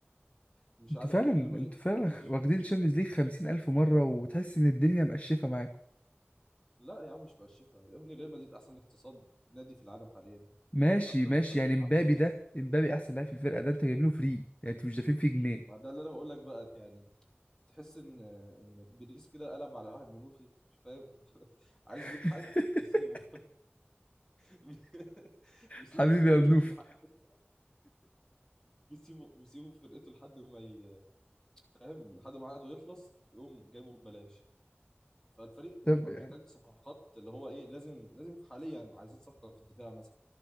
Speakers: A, on the left (about 15°); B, on the left (about 30°).
A: مش
B: انتوا
A: عارف
B: فعلا
A: كل ما
B: انتوا
A: ي...
B: فعلا
A: كل ما تشوف
B: واخدين شامبيونز ليج خمسين ألف مرة وتحس ان الدنيا مقشفة معاكم
A: لا يا عم مش بقشفها يا ابني ريال مدريد أحسن اقتصاد نادي في العالم حاليا
B: ماشي
A: أكتر
B: ماشي
A: الفريق
B: يعني امبابي
A: معاه فلوس
B: ده امبابي احسن لاعب في الفرقه ده انت جايب له فري يعني انتوا مش دافعين فيه جنيه
A: ما ده اللي أنا بقول لك بقى يعني تحس إن إن بيريز كده قلب على واحد منوفي مش فاهم <laughs> عايز
B: <laughs>
A: يجيب حد بيسيبه <laughs> بيسيبه
B: حبيبي
A: في فرقته
B: يا منوف
A: لحد بيسيبه بيسيبه في فرقته لحد ما ي... فاهم لحد ما عقده يخلص ويقوم جايبه ببلاش فالفريق بيبقى
B: طب يعني
A: محتاج صفقات اللي هو ايه لازم لازم حاليا عايزين صفقة في الدفاع مثلا